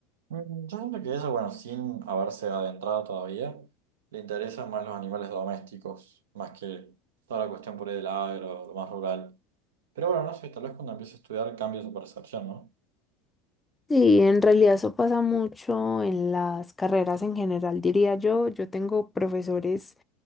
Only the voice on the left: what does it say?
Sí, en realidad eso pasa mucho en las carreras en general, diría yo. Yo tengo profesores